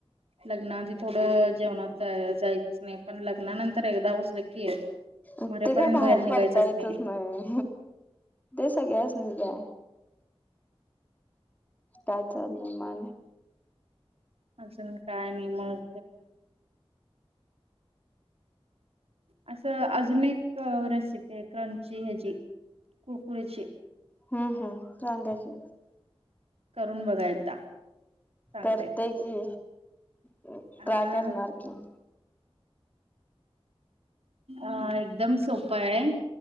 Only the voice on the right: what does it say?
लग्नाआधी थोडं जेवणात जाय जायाचंच नाही पण लग्नानंतर एकदा बसलं की
मरेपर्यंत
निघायचंच
नाही.
अजून काय नाई मग असं अजून एक रेसिपी हाय क्रंची ह्याजी कुरकुरेची
करून बघा एकदा सांगते.
अ
अ एकदम सोप आय.